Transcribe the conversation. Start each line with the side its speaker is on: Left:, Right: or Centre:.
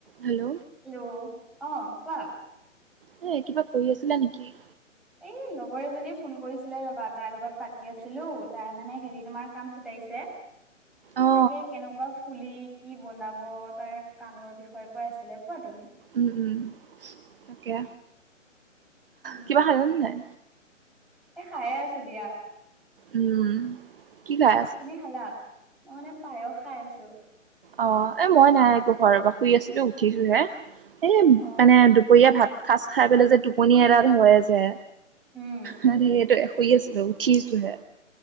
Right: Hello?
Centre: Hello অ' কোৱা।
Right: এ কিবা কৰি আছিলা নেকি?
Centre: এই লগৰ এজনীয়ে ফোন কৰিছিলে ৰবা তাইৰ লগত পাতি আছিলো তাই মানে হেৰি তোমাৰ কাণ ফুটাইছে।
Right: অ'
Centre: তাকে কেনেকুৱা ফুলি কি বনাব তাৰ কাণৰ বিষয়ে কৈ আছিলে কোৱা তুমি।
Right: উম, উম তাকে
Centre: উম
Right: কিবা সাধান নাই?
Centre: এ খায়ে আছো দিয়া।
Right: উম, কি খাই আছা?
Centre: তুমি খালা মই মানে পায়স খাই আছো।
Right: অ' এ মই নাই একো ঘৰ পৰা শুই আছিলো উঠিছো হে এ
Centre: অ
Right: মানে দুপৰীয়া ভাত কাজ খাই পেলাই যে টোপনি এডাল হয় যে
Centre: উম
Right: সেইটো শুই আছিলো উঠিছো হে।